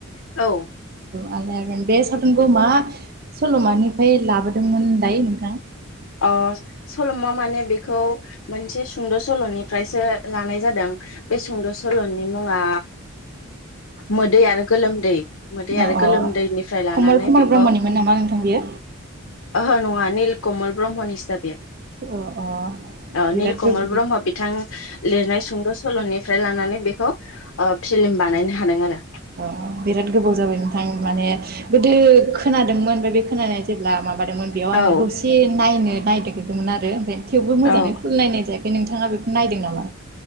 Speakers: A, on the left (about 65°); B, on the right (about 45°).
A: औ
B: आलाय अरन बे सावथुनखौ मा सल'मानिफ्राय लाबोदोंमोनलाय नोंथां
A: अ सल'मा माने बेखौ मोनसे सुंद' सल'निफ्रायसो लानाय जादों बे सुंद' सल' सल'नि मुंङा मोदै आरो गोलोमदै मोदै
B: अ
A: आरो
B: अ
A: गोलोमदैनिफ्राय लानानै
B: कमल कुमार
A: बेखौ
B: ब्रह्मनिमोन नामा नोंथां बियो
A: ओहो नङा निल कमल ब्रह्म सिहाबे
B: अ अ
A: ओ
B: बिराद
A: निल कमल
B: गोब
A: ब्रह्म बिथां लिरनाय सुंद सलनि फ्राय लानानै बेखौ ओ फिलिम बानायनो हादों आरो
B: अ बिराद गोबाव जाबाय नोंथां माने गोदो खोनादोंमोन बे खोनानाय जे माबादोंमोन बेयाव
A: औ
B: आङो दसे नायनो नायगिरदोंमोन आरो ओमफाय थेवबो मोजाङै
A: औ
B: फुननाय नाय जाया बे नोंथाङा बेखौ नायदों नामा